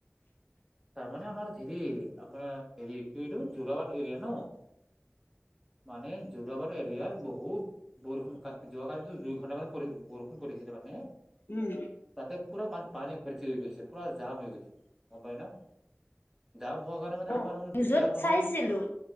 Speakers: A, in the centre; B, on the left.
A: তাৰমানে আমাৰ হেৰি আপোনাৰ হেৰি কি এইটো জোৰাবাট এৰিয়া ন'। মানে যোৰাবাট এৰিয়াত বহুত বৰষুন কা যোৱাকলিতো দুই ঘণ্টা মানে পৰি বৰষুন পৰি তেতে মানে,
B: উম।
A: তাতে পুৰা পান পানী বৰ্তি হৈ গৈছে, পুৰা জাম হৈ গৈছে, গম পাই ন'? জাম হোৱাৰ কাৰণে মানে
B: অ'
A: আমাৰ
B: নিউজত
A: দিগদাৰ নহয়
B: চাইছিলোঁ।